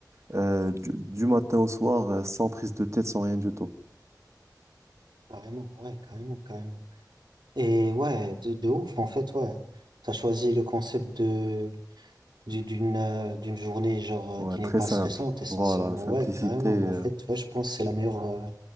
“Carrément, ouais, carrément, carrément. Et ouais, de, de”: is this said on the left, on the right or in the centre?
Right